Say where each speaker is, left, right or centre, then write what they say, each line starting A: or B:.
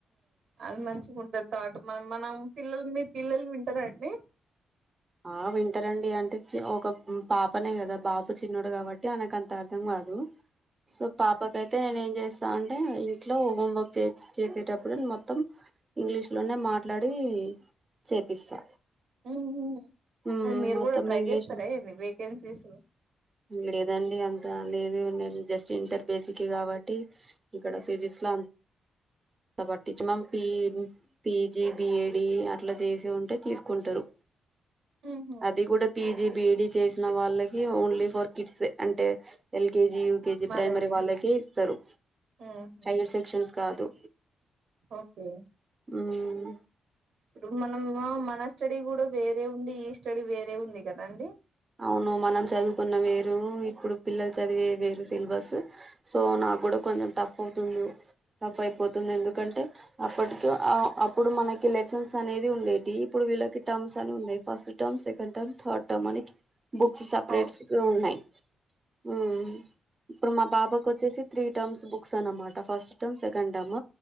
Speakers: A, on the right; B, on the right.
A: అది మంచిగా ఉంటది థాట్ మనం మనం పిల్లలు మీ పిల్లలు వింటారా అండి.
B: ఆ వింటారండి. అంటే ఒక పాపనే కదా బాబు చిన్నోడు కాబట్టి ఆయనకు అంత అర్ధం కాదు. సో పాపకైతే నేను ఏం చేస్ తా అంటే ఇంట్లో హోంవర్క్ చేసేటప్పుడు మొత్తం ఇంగ్లీష్ లోనే మాట్లాడి చేపిస్తా.
A: ఆహా
B: మ్మ్
A: అది మీరు
B: మొత్తం
A: కూడా ట్రై
B: ఇంగ్లీష్
A: చేస్తారా ఏంది. వేకెన్సీస్
B: లేదండి. అంత లేదు. నేను జస్ట్ ఇంటర్ బేసికే కాబట్టి ఇక్కడ సీరీస్ లో అంత పట్టించి మంపీ <unintelligible> పీజీ బిఈడీ అట్ల చేసి ఉంటే తీసుకుంటారు.
A: ఉహు
B: అది కూడా పీజీ బిఈడీ చేసిన వాళ్ళకి ఓన్లీ ఫర్ కిడ్సే అంటే LKG U KG
A: mother
B: primary
A: teacher
B: వాళ్ళకే ఇస్తారు.
A: ఉహు
B: హైయర్ సెక్షన్స్ కి కాదు
A: ఓకే
B: మ్మ్
A: ఇప్పుడు మనము మన స్టడీ కూడా వేరే ఉంది. ఈ స్టడీ వేరే ఉంది. కదా అండి.
B: అవును మనం చదువుకున్నవి వేరు ఇప్పుడు పిల్లలు చదివేవి వేరు సిలబస్ సో నాకు కూడా కొంచెం టఫ్ అవుతుంది. టఫ్ అయిపోతుంది. ఎందుకంటే అప్పటికి అ అప్పుడు మనకి లెసన్స్ అనేది ఉండేటివి. ఇప్పుడు వీళ్ళకి టర్మ్స్ అని ఉన్నాయి. First term second, term third term, అనికి బుక్స్ సపరేట్స్
A: ఉమ్
B: ఉన్నాయి. అ ఇప్పుడు మా పాపకు వచ్చేసి త్రీ టర్మ్స్ బుక్స్ అన్నమాట first term, second term,